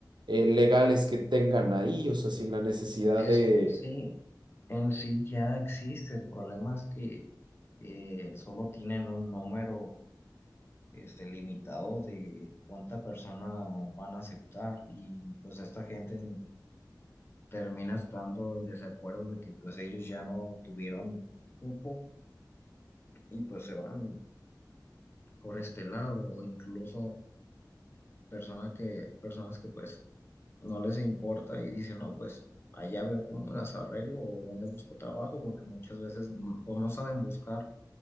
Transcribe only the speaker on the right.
eh, legales que tengan ahí, o sea, sin la necesidad
de